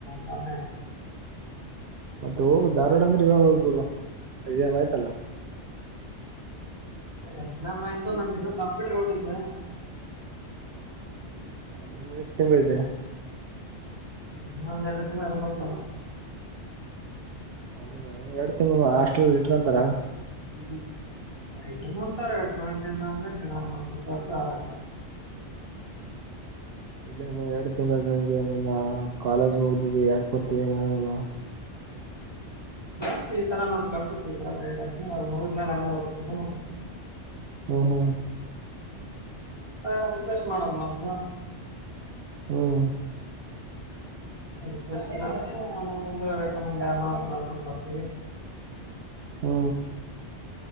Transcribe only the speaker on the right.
ಮತ್ತೆ ಹೋಗು ಧಾರ್ವಾಡ ಅಂದ್ರೆ ಇವಾಗ ಹೋಗ್ಬಿಡು ಈಗೇನ್ ಆಯ್ತಲ್ಲಾ.
ಇನ್ನೆಷ್ಟ್ ತಿಂಗಳಿದೆ?
ಹೌದಾ ಇನ್ ಎರಡು ತಿಂಗಳು ಹಾಸ್ಟಲಲ್ಲಿ ಇಟ್ಕೊಂತಾರ?
ಇನ್ನು ಎರಡು ತಿಂಗಳಂಗೆ ನಿನ್ನ್ ಕಾಲೇಜ್ ಮುಗ್ದಿದಿ ಯಾಕ ಹೋಗ್ತೀನಾನಲ್ವ.
ಹಓ ಹೋ
ಹ್ಮ್
ಹ್ಮ